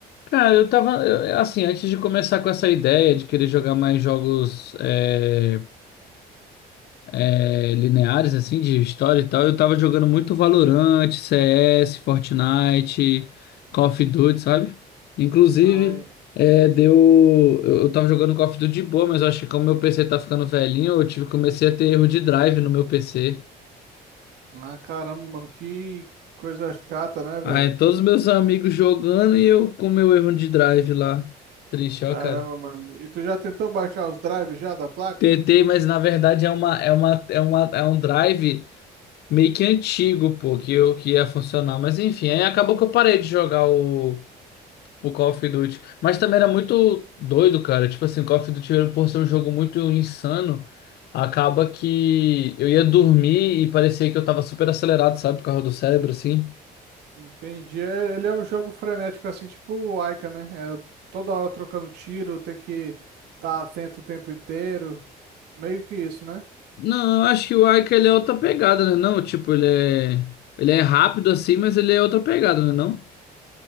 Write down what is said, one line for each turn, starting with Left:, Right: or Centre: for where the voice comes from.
Left: Cara, eu tava, eu- assim, antes de começar com essa ideia de querer jogar mais jogos é, é, lineares, assim, de história e tal, eu tava jogando muito Valorant, CS, Fortnite, Call of Duty, sabe? Inclusive,
Right: Ai,
Left: é, deu, eu eu tava jogando Call of Duty de boa, mas eu acho que como meu PC tá ficando velhinho, eu tive, comecei a ter erro de drive no meu PC.
Right: ah, caramba, mano, que coisa chata, né, velho?
Left: Aí todos os meus amigos jogando e eu com meu erro de drive lá. Triste,
Right: Caramba,
Left: ó, cara.
Right: mano. E tu já tentou baixar os drives já da placa?
Left: Tentei, mas na verdade é uma é uma é uma é um drive meio que antigo, pô, que eu que ia funcionar, mas enfim, aí acabou que eu parei de jogar o o Call of Duty, mas também era muito doido, cara. Tipo assim, Call of Duty por ser um jogo muito insano, acaba que eu ia dormir e parecia que eu tava super acelerado, sabe, por causa do cérebro assim.
Right: Entendi. É- Ele é um jogo frenético, assim, tipo o Aika, né? É toda hora trocando tiro, tem que estar atento o tempo inteiro. Meio que isso, né?
Left: Não, eu acho que o Aika ele é outra pegada, né? Não, tipo, ele é. Ele é rápido assim, mas ele é outra pegada, né? Não?